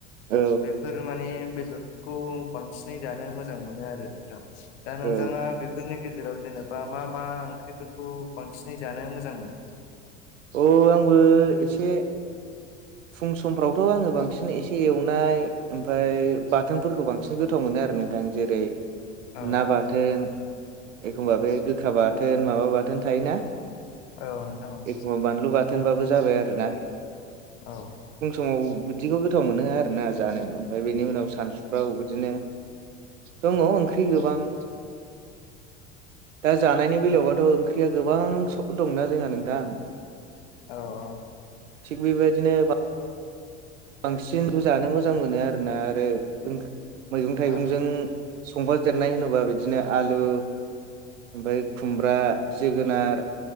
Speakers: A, on the right; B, on the left.
A: औ
B: बेफोर माने बेदरफोरखौ बांसिनै जानो मोजां मोनो आरो नोंथां दा
A: औ
B: नोंथाङा बे फोरनि गेजेराव जेनेबा मा मा ओंख्रिफोरखौ बांसिनै जानो मोजां मोनो?
A: अ आंबो एसे फुं समफ्रावथ' आङो बांसिन एसे एवनाय ओमफ्राय बाथोनफोरखौ बांसिन बांसिन गोथाव मोनो आरो नोंथां जेरै
B: औ
A: ना बाथोन, एखमबा बे गोखा बाथोन माबा बाथोन थायोना
B: औ नंगौ।
A: एखमबा बानलु बाथोनबाबो जाबाय आरोना।
B: औ।
A: फुं समाव बिदिखौ गोथाव मोनो आरोना जानो ओमफ्राय बेनि उनाव सानसुफ्राव बिदि दङ ओंख्रि गोबां दा जानायनि बेलायावबाथ' गोबां सब‌ दंना जोंहा नोंथां
B: औ
A: थिग बेबायदिनो गोबां बांसिन बेखौ जानो मोजां मोनो आरोना आरो मैगं- थाइगंजों
B: औ
A: संफादेरनाय होनोबा बिदिनो आलु ओमफ्राय खुमब्रा, जोगोनार,